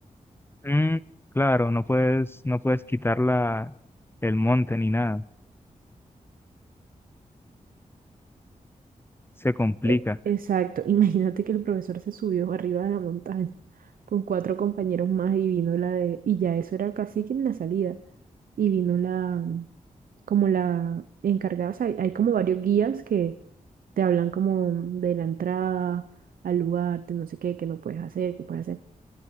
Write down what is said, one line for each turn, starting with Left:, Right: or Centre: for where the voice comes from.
Left: Mm, claro, no puedes, no puedes quitar la, el monte ni nada. Se complica.
Right: E- Exacto. <laughs> Imagínate que el profesor se subió arriba de la montaña con cuatro compañeros más y vino la de, y ya eso era casi que en la salida. Y vino la, como la encargada, o sea, hay, hay como varios guías que te hablan como de la entrada al lugar, de no sé qué, que no puedes hacer, que puedes hacer.